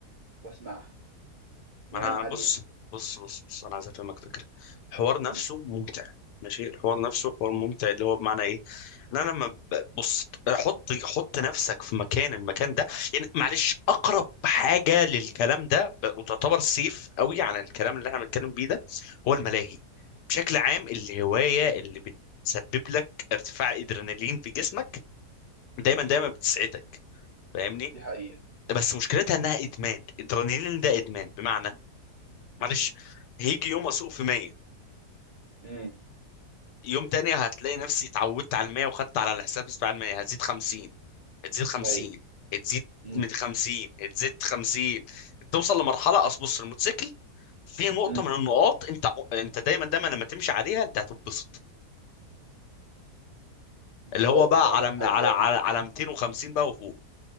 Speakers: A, on the right; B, on the left.
A: واسمعها وانام
B: ما انا أنا
A: عليها
B: بص بص بص بص انا عايز افهمك فكره الحوار نفسه
A: م-
B: ممتع ماشي الحوار نفسه حوار
A: م-
B: ممتع اللي هو بمعنى ايه إن انا لما
A: م-
B: ب- بص حط حط نفسك في مكان المكان ده يعني معلش اقرب حاجه للكلام ده ب- وتعتبر سيف قوي عن الكلام اللي احنا بنتكلم بيه ده هو الملاهي بشكل عام الهوايه اللي بتسبب لك ارتفاع ادرينالين
A: م-
B: في جسمك
A: م-
B: دايما دايما بتسعدك فاهمني
A: دي حقيقة
B: بس مشكلتها انها ادمان ادرينالين ده ادمان بمعنى
A: امم
B: معلش هيجي يوم اسوق في 100
A: امم
B: يوم تاني هتلاقي نفسي اتعودت على ال 100 وخدت على الحساب بتاع ال 100 هتزيد 50 هتزيد 50
A: ايوه
B: هتزيد
A: امم
B: من 50 هتزيد 50 توصل لمرحله اصل بص الموتوسيكل في نقطه
A: امم
B: من النقاط انت انت دايما دايما لما تمشي عليها انت هتتبسط
A: بالظبط
B: اللي هو بقى
A: عندك
B: على
A: حق
B: على
A: فعلا
B: على, على 250 بقى وفوق